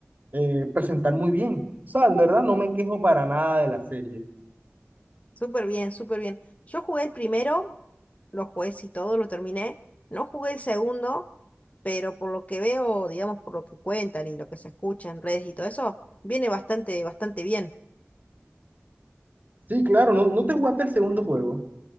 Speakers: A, on the right; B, on the left.
A: eh, presentar muy bien. O sea, en verdad no me quejo para nada de la serie.
B: Súper bien, súper bien. Yo jugué el primero, lo jugué y todo, lo terminé. No jugué el segundo, pero por lo que veo, digamos, por lo que cuentan y lo que se escucha en redes y todo eso, viene bastante, bastante bien.
A: Sí, claro, no, no te jugaste el segundo juego.